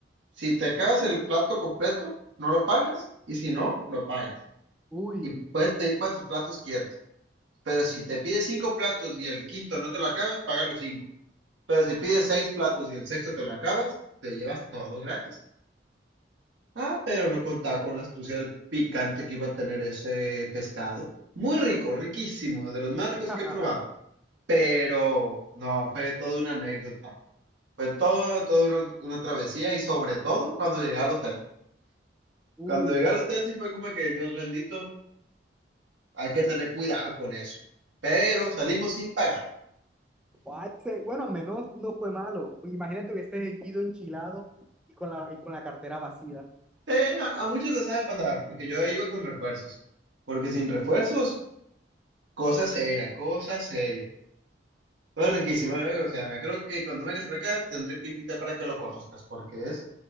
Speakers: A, on the right; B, in the centre.
A: Si te acabas el plato completo, no lo pagas. Y si no, lo pagas.
B: Uy,
A: Y puedes pedir cuantos platos quieras. Pero si te pides cinco platos y el quinto no te lo acabas, paga los cinco. Pero si pides seis platos y el sexto te lo acabas, te llevas todo gratis. Ah, pero no contaba con la astucia del picante que iba a tener ese pescado. Muy rico, riquísimo, de los más ricos
B: <laughs>
A: que he probado. Pero no, fue toda una anécdota. Fue todo, toda una, una travesía y sobre todo cuando llegué al hotel.
B: uy.
A: Cuando llegué al hotel sí fue como que Dios bendito, hay que tener cuidado con eso. Pero salimos sin pagar.
B: guay, se- Bueno, al menos no fue malo. Imagínate hubiese ido enchilado y con la, y con la cartera vacía.
A: Eh, a, a muchos les ha de pasar, porque yo iba con refuerzos. Porque sin refuerzos, cosa seria, cosa seria. Todo riquísimo,
B: Es-
A: ¿eh? O sea, creo que cuando vengas para acá te tendré que invitar para que lo conozcas, porque es